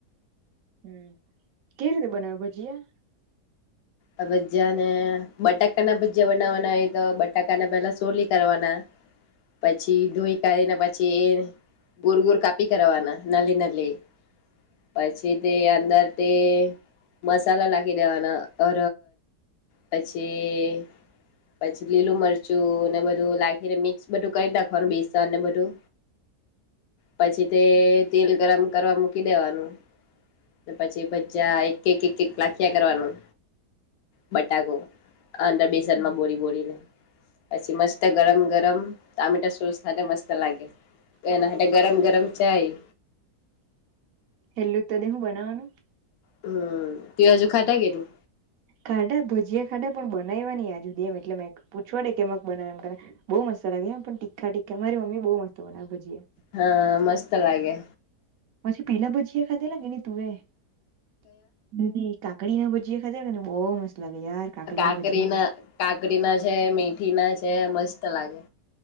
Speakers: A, on the right; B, on the left.
A: હમ કેવી રીતે બનાવે ભજીયા
B: આ ભજા ને બટાકાના ભજયા બનાવવાના હોય તો બટાકાને પેલા સોલી કરવાના પછી દોઈ કાઢીને પછી ગોર ગોર કાપી કરવાવાના નલી નલી પછી તે અંદર તે મસાલા લખી દેવાના ઓ પછી પછી લીલું મરચું ને બધું લખીને મિક્સ બધું કરી નાખવાનું બેસણ ને બધું
A: <inaudible>
B: પછી તે તેલ ગરમ કરવા મૂકી દેવાનું પછી ભજા એક એક એક એક લાખ્યા કરવાનું બટાકો અંદર બેસનમાં
A: હમ
B: બોળ બોરીને પછી મસ્ત ગરમ ગરમ તમેટા સોસ થ મસ્ત લાગે તો એના માટે ગરમ ગરમ ચાય
A: એટલું ત દ હું બનાવાનું
B: હમ. તે હજુ ખાધા કે ની?
A: ખાડા ભજીયા ખાડા પણ બને બનાવા ની આ જુદી એમ એટલે મે પૂછવાે કે મ બનાવ એમ બુ મસ્ત લાગે એમ પણ તીખા ટીા મારી મમ્મી બહુ મસ્ત બના ભજીએ
B: હા મસ્ત લાગે
A: પછી પીલા ભજીયા ખાધેલા કેે તું એ દ કાકડી ના ભજીયા ખા ને બહુ મસ્ત લાગે યાર
B: કાકડી
A: ભજીયા
B: ના કાકડી ના છે મીઠી ના છે મસ્ત લાગે